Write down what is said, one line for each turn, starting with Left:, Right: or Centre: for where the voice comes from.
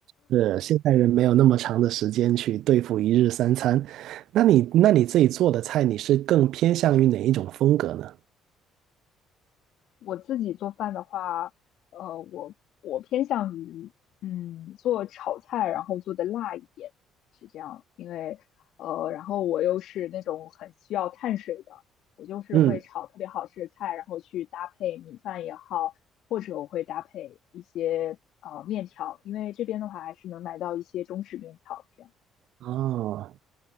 Right: 是，现代人没有那么长的时间去对付一日三餐。那你那你自己做的菜，你是更偏向于哪一种风格呢？
Left: 我自己做饭的话，呃，我我偏向于嗯做炒菜，然后做的辣一点，是这样。因为呃，然后我又是那种很需要碳水的，我就是会炒特别好吃的菜，
Right: 嗯，
Left: 然后去搭配米饭也好，或者我会搭配一些呃面条，因为这边的话还是能买到一些中式面条这样。
Right: 哦，